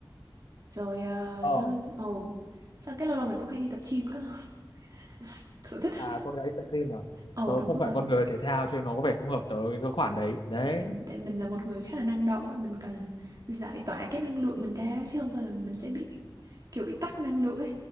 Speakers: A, on the right; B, on the left.
A: rồi ờ,
B: ờ
A: lâu ồ xong cái lâu lâu mình cũng hay đi tập gym nữa <laughs> sở thích
B: à con gái đi tập gym à
A: ồ
B: tớ
A: đúng
B: không
A: rồi
B: phải con người thể thao cho nên nó có vẻ không hợp tớ cái khoản đấy đấy
A: Ừ, Tại mình là một người khá là năng động ấy, mình cần giải tỏa cái năng lượng mình ra chứ không thôi là mình sẽ bị kiểu bị tắc năng lượng ấy.